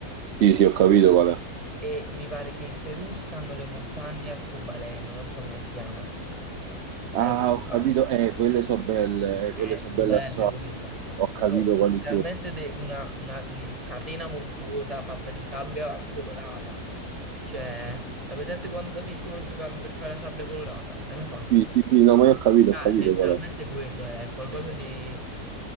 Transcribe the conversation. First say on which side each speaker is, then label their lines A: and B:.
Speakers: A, on the right; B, on the right.
A: Sì, sì, ho capito qual è.
B: E mi pare che in Perù stanno le montagne arcobaleno, non so come si chiamano. Hai
A: Ah,
B: presente
A: ho
B: quali?
A: capito, eh, quelle so belle, eh,
B: Eh,
A: quelle
B: sono
A: so belle
B: belle
A: assai.
B: quelle.
A: Ho capito
B: So- Sono
A: quali
B: letteralmente
A: sono.
B: de- una, una, mm, catena montuosa fatta di sabbia colorata. Cioè, hai presente quando da piccolo giocavi per fare la sabbia colorata? L'hai mai fatto?
A: Sì, sì, sì, no, ma io ho capito,
B: Ah,
A: ho capito
B: letteralmente
A: qual è.
B: quello eh, è qualcosa di...